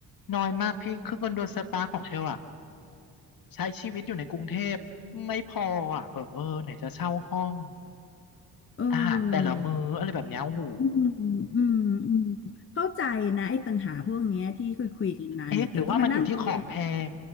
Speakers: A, on the left; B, on the left.
A: น้อยมากพี่คือเงินเดือนสตาร์ทของเชลอ่ะใช้ชีวิตอยู่ในกรุงเทพไม่พออ่ะแบบเออไหนจะเช่าห้อง
B: เอ
A: อาหารแต่ละมื้ออะไรแบบเนี้ยโอ้โห
B: ออืมอืมอืมเข้าใจนะไอ้ปัญหาพวกเนี้ยที่คุยคุยกันมาเนี่ยแต่ก็มานั่งกังวล
A: เอ๊ะหรือว่ามันอยู่ที่ของแพง